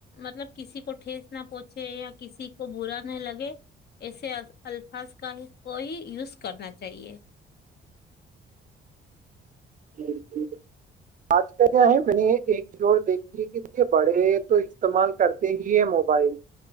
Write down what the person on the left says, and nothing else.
مطلب کسی کو ٹھیس نہ پہنچے یا کسی کو برا نہ لگے ایسے الفاظ کا کو ہی یوز کرنا چاہیے